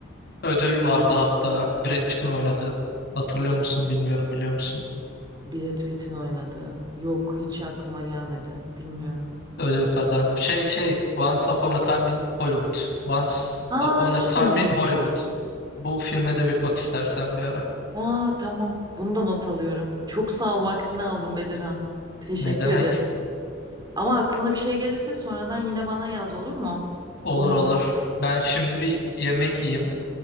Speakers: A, on the left; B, on the right.
A: Ödül vardı hatta Brad Pitt'in oynadığı. Hatırlıyor musun bilmiyorum biliyor musun?
B: Brad Pitt'in oynadığı. Yok hiç aklıma gelmedi. Bilmiyorum.
A: Ödül kazandı. Şey şey Once Upon a Time in Hollywood. Once
B: Aa
A: Upon
B: hiç
A: a Time
B: duymadım.
A: in Hollywood. Bu filme de bir bak istersen bir ara.
B: Aa tamam. Bunu da not alıyorum. Çok sağ ol vaktini aldım Bedirhan. Teşekkür
A: Ne demek?
B: ederim. Ama aklına bir şey gelirse sonradan yine bana yaz olur mu?
A: Olur
B: Unutma.
A: olur. Ben şimdi bir yemek yiyeyim.